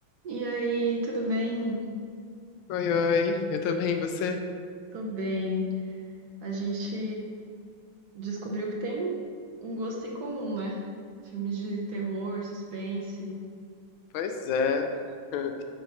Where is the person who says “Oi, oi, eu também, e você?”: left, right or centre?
Left